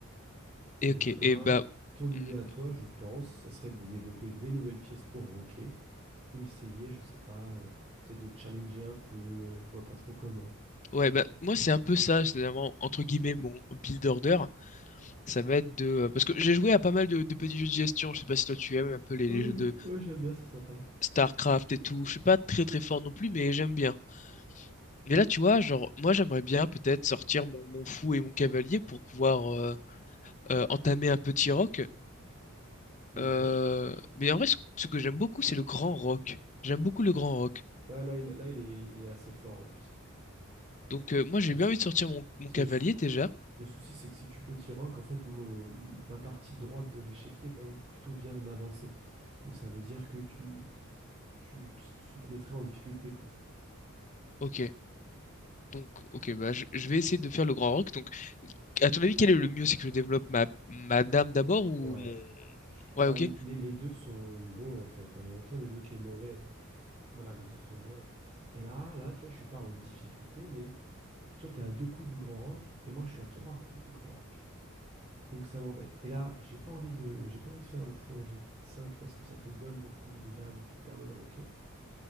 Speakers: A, on the left (about 35°); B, on the right (about 30°).
A: Et
B: Et donc
A: ok,
B: là,
A: et bah,
B: ton idée
A: hmm,
B: à toi, je pense, ça serait de développer des nouvelles pièces pour roquer ou essayer, je sais pas, euh, peut-être de challenger un peu, euh, je vois pas trop comment.
A: ouais, bah, moi, c'est un peu ça, c'est vraiment, entre guillemets, mon build order. Ça va être de... euh, Parce que j'ai joué à pas mal de, de petits jeux de gestion. Je sais pas si toi tu aimes un peu les,
B: Ouais,
A: les jeux
B: j'ai-
A: de
B: ouais, j'aime bien, c'est sympa.
A: StarCraft et tout. Je suis pas très très fort non plus, mais j'aime bien. Mais là, tu vois, genre, moi j'aimerais bien peut-être sortir mon, mon fou et mon cavalier pour pouvoir euh, euh, entamer un petit rock.
B: Ok.
A: Euh,
B: Bah, qui,
A: Mais
B: qui-
A: en vrai,
B: qui-
A: ce, ce que j'aime beaucoup, c'est le grand rock. J'aime beaucoup le grand rock.
B: Ouais, Là, il, là, il est, il est assez fort en plus.
A: Donc euh, moi j'ai
B: Parce
A: bien
B: que,
A: envie de sortir mon, mon
B: parce
A: cavalier
B: que le, sou-
A: déjà.
B: le- le souci, c'est que si tu peux t'y rock, en fait, mon, ma partie droite de l'échiquier est quand même plutôt bien avancée. Donc ça veut dire que tu, tu, tu te mettrais en difficulté, quoi.
A: Ok. Donc, ok, bah, je, je vais essayer de faire le grand rock. Donc, à ton avis, quel est le mieux? C'est que je développe ma, ma dame d'abord
B: Ouais.
A: ou mon...
B: Je- bah,
A: Ouais, ok.
B: les, les- les deux sont bons, en fait. hein. Il n'y a aucun des deux qui est mauvais. Voilà, les deux sont bien. Et là, là, tu vois, je suis pas en difficulté, mais toi, tu es à deux coups du Grand Rock et moi, je suis à trois coups du Grand Rock. Donc ça m'embête. Et là, j'ai pas envie de, j'ai pas envie de faire le fou en G5 parce que ça te donne le coup de dame qui permet de roquer.